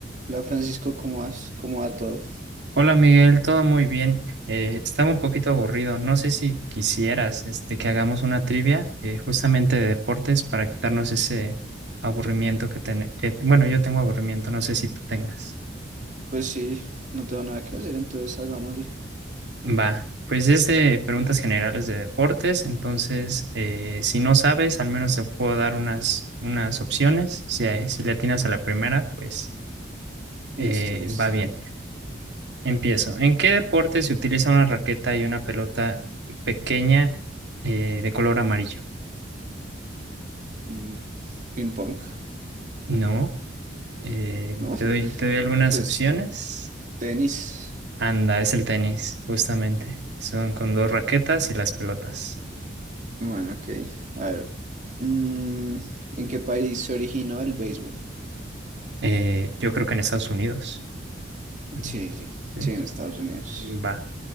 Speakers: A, on the right (about 45°); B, on the right (about 70°).
A: Hola Francisco, ¿cómo vas? ¿Cómo va todo?
B: Hola Miguel, todo muy bien. Eh, estaba un poquito aburrido. No sé si quisieras este, que hagamos una trivia eh, justamente de deportes para quitarnos ese aburrimiento que ten- que, bueno, yo tengo aburrimiento, no sé si tú tengas.
A: Pues sí, no tengo nada que hacer, entonces hagámosle.
B: Va, pues es de preguntas generales de deportes, entonces eh, si no sabes, al menos te puedo dar unas, unas opciones. Si, hay- si le atinas a la primera, pues eh,
A: Listo, listo.
B: va bien. Empiezo. ¿En qué deporte se utiliza una raqueta y una pelota pequeña eh, de color amarillo?
A: Mm, ping pong,
B: No. eh,
A: ¿no? <laughs>
B: te doy, te doy algunas
A: Pues
B: opciones.
A: tenis.
B: Anda, es el tenis, justamente. Son con dos raquetas y las pelotas.
A: Bueno, ok. A ver. mm, ¿en qué país se originó el béisbol?
B: Eh, yo creo que en Estados Unidos. Mm,
A: Sí, sí, sí,
B: ¿Sí?
A: en Estados Unidos.
B: mm, Va.